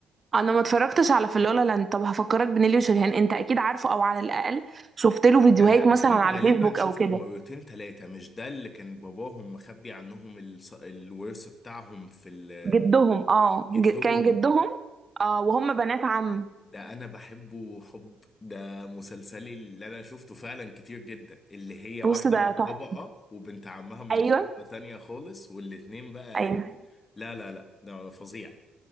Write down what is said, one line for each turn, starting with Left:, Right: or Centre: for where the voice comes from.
Right: انا ما اتفرجتش على في لا لاند طب هفكرك بنيلي وشريهان انت اكيد عارفه او على الاقل شفت له فيديوهات
Left: ده انا
Right: مثلا
Left: اكيد
Right: على
Left: غالبا
Right: فيسبوك
Left: شفته
Right: او كده
Left: مرتين ثلاثه مش ده اللي كان باباهم مخبي عنهم الص- الورث بتاعهم في ال-
Right: جدهم اه
Left: جدهم
Right: ج... كان جدهم اه وهم بنات عم
Left: ده انا بحبه حب ده مسلسلي اللي انا شفته فعلا كتير جدا اللي هي واحدة
Right: بص ده
Left: من
Right: تحفه
Left: طبقة وبنت عمها من
Right: ايوه
Left: طبقة تانية خالص والاتنين بقى
Right: ايوه
Left: ايه لا لا لا ده فظيع